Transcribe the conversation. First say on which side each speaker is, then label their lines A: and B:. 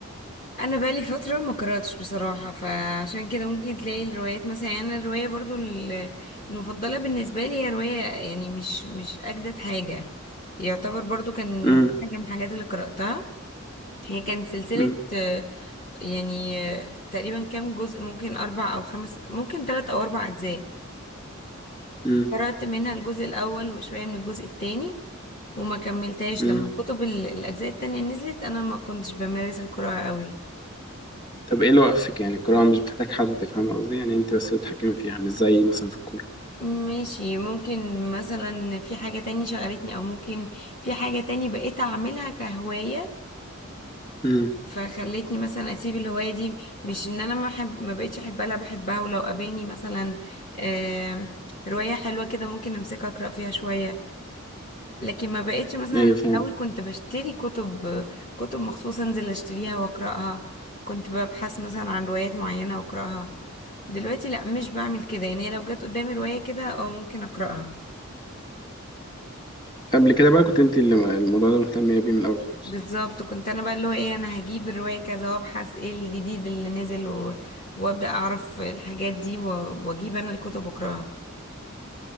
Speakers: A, on the left (about 40°); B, on the left (about 20°).
A: انا بقالي فتره ما قراتش بصراحه فعشان كده ممكن تلاقي الروايات مثلا يعني انا الروايه برضو ال- المفضله بالنسبه لي هي روايه يعني مش مش اجدد حاجه يعتبر برضو كان
B: امم
A: حاجه من الحاجات اللي قراتها هي كانت سلسله
B: امم
A: آه، يعني آه، تقريبا كام جزء ممكن اربع او خمس ممكن ثلاث او اربع اجزاء
B: امم
A: قرات منها الجزء الاول وشويه من الجزء الثاني وما كملتهاش
B: امم
A: لما الكتب ال- الاجزاء التانية نزلت انا ما كنتش بمارس القراءه قوي
B: طب ايه اللي وقفك يعني القراءه مش بتحتاج حد فاهم قصدي يعني انت بس بتتحكمي فيها مش زي مثلا في الكوره
A: ماشي ممكن مثلا في حاجة تاني شغلتني او ممكن في حاجة تاني بقيت اعملها كهواية
B: امم
A: فخلتني مثلا اسيب الهواية دي مش ان انا ما حب ما بقيتش احبها لا بحبها ولو قابلني مثلا آم، رواية حلوة كده ممكن امسكها اقرا فيها شوية لكن ما بقيتش مثلا
B: ايوه
A: في
B: فاهم
A: الاول كنت بشتري كتب كتب مخصوص انزل اشتريها واقراها كنت ببحث مثلا عن روايات معينة واقراها دلوقتي لا مش بعمل كده يعني لو جت قدامي رواية كده اه ممكن اقراها
B: قبل كده بقى كنت انت اللي م- الموضوع ده مهتمية بيه من الأول خالص
A: بالظبط كنت انا بقى اللي هو ايه انا هجيب الرواية كذا وابحث ايه الجديد اللي نزل و... وابدأ اعرف الحاجات دي و... واجيب انا الكتب اقراها